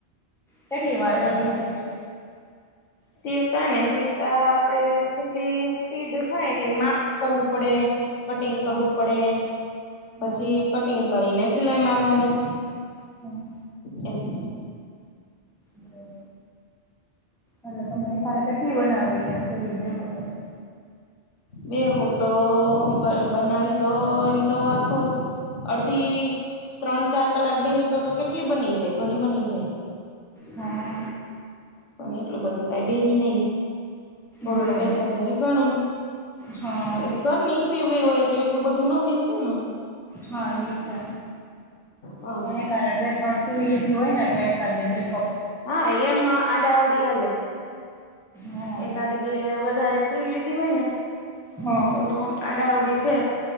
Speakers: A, in the centre; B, on the left.
A: કેટલી વાર
B: અને
A: લાગે છે <unintelligible>
B: સીવતા ને સીવતા આપડે જેટલી સ્પીડ થાય એટલી માપ કરવું પડે કટિંગ
A: હા
B: કરવું પડે
A: હા
B: પછી કટિંગ કરીને સિલાઈ મારવાની
A: હમ્મ
B: એમ
A: બરોબર એટલે તમને એક સાથે કેટલી બનાવેલી. <unintelligible>
B: બેહો તો બા બનાવી તો એમ તો આખો અડધી ત્રણ ચાર કલાક બેહી તો તો કેટલી બની જાય ઘણી બની જાય
A: હા
B: પણ એટલું બધું કઈ બેહી નહી થોડુંક
A: બરોબર
B: બેસાય તો એ ગણાય
A: હા
B: એ ઘર ની સીવવી હોય એટલે એટલું બધું ના બેસે ને
A: હા, એ છે,
B: હ
A: પણ એ કારે બે, ત્રણ સીવી લીધી હોય ને એ <inaudible>
B: હા એમમાં આડાવડી હાલે
A: હા
B: એકાદી બે વધારે સીવી લીધી હોય ને
A: હા
B: તો આડાઅવડી છે